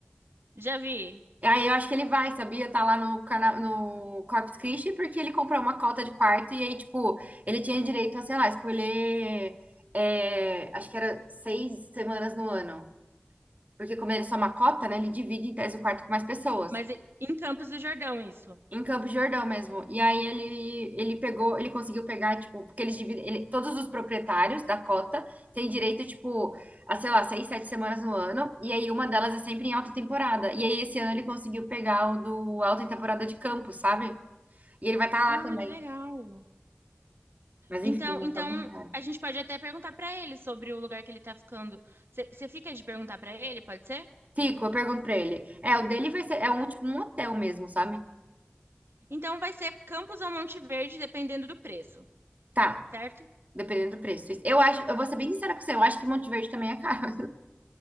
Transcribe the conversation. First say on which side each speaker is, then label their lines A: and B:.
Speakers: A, on the right; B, on the right.
A: já vi.
B: E aí eu acho que ele vai, sabia? Tá lá no, carna... no Corpus Christi, porque ele comprou uma cota de quarto. E aí, tipo, ele tinha direito a, sei lá, escolher. é, Acho que era seis semanas no ano. Porque como ele é só uma cota, né? Ele divide em tese o quarto com mais pessoas.
A: Mas e- em Campos do Jordão, isso.
B: Em Campos de Jordão mesmo. E aí ele, ele pegou, ele conseguiu pegar, tipo, porque eles dividem, ele- todos os proprietários da cota têm direito, tipo, a, sei lá, seis, sete semanas no ano, e aí uma delas é sempre em alta temporada. E aí esse ano ele conseguiu pegar o do alta temporada de Campos, sabe? E ele vai estar
A: Ah,
B: lá também.
A: que legal.
B: Mas
A: Então,
B: enfim, não
A: então
B: sabe como errar.
A: a gente pode até perguntar pra ele sobre o lugar que ele tá ficando. Você fica de perguntar pra ele, pode ser?
B: Fico, eu pergunto pra ele. É, o dele vai ser, é um, tipo, um hotel mesmo, sabe?
A: Então vai ser Campos ou Monte Verde, dependendo do preço,
B: Tá,
A: certo?
B: dependendo do preço. Eu acho, eu vou ser bem sincera com você, eu acho que Monte Verde também é caro.